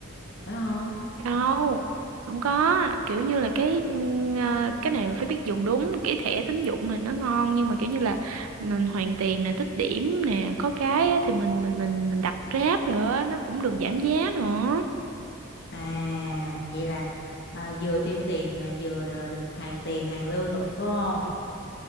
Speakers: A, on the left; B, on the right.
A: phải không
B: đâu không có kiểu như là cái ừm, à, cái này mà phải biết dùng đúng cái thẻ tín dụng này nó ngon nhưng mà kiểu như là mình hoàn tiền nè tích điểm nè có cái á, thì mình mình mình mình đặt Grab nữa nó cũng được giảm giá nữa
A: À, vậy là à, vừa tiêu tiền là vừa là được hoàn tiền, hoàn lương rồi phải không?